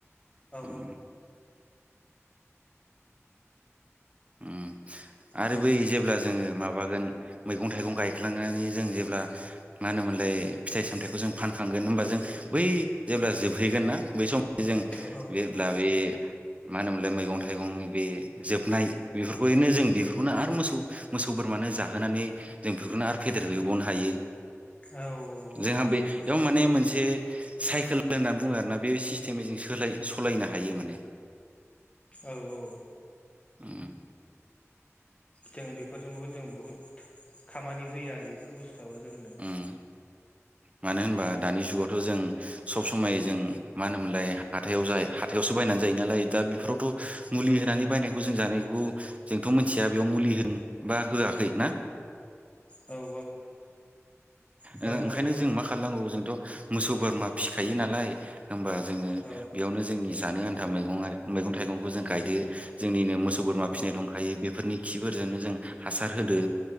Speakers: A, on the left; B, on the right.
A: औ
B: ओम। ओम आरो
A: बे
B: बै जेब्ला जोङो माबागोन मैगं थाइगं गायख्लांनानै जों जेब्ला मा होनोमोनलाय फिथाइ सामथायाइखौ जों फानखांगोन होमबा जों बै जेब्ला जोबहैगोन ना बै सम जों
A: औ
B: जेब्ला बे मा होनोमोनलाय मैगं थाइगंनि बे जोबनाय बेफोरखौनो जों बेफोरखौनो आरो मोसौ मोसौ बोरमानो जाहोनानै जों बेफोरखौनो आरो फेदेरहैबावनो हायो।
A: औ
B: जोंहा
A: नंगौ
B: बेयाव
A: नोंथां
B: माने मोनसे साइकेल होनना बुङो आरोना बे सिस्टेमै जों सोलाय सालायनो हायो माने।
A: औ औ।
B: ओम।
A: जों बेफोरजोंबो जों बहुद खामानि होयो आरो बेफोर बुस्थुआबो जोंनो।
B: उम मानो होनबा दानि जुगावथ' जों सब समायै जों मा होनोमोनलाय हाथायाव जाय हाथायावसो बायनानै जायो नालाय दा बेफोरावथ' मुलि
A: औ
B: होनानै बायनायखौ जों जानायखौ जोंथ' मोनथिया बेयाव मुलि होन बा होआखै ना?
A: औ औ।
B: ओ ओंखायनो
A: नंगौ नंगौ
B: जों मा खालामनांगौ जोंथ' मोसौ बोरमा फिखायो नालाय होमबा जोङो
A: औ
B: बेयावनो जोंनि जानो आनथा मैगं आर मैगं थाइगंखौ जों गायदो जोंनिनो मोस सौबोरमा फिसिनाय
A: औ
B: दंखायो बेफोरनि खिफोरजोंनो जों हासार होदो।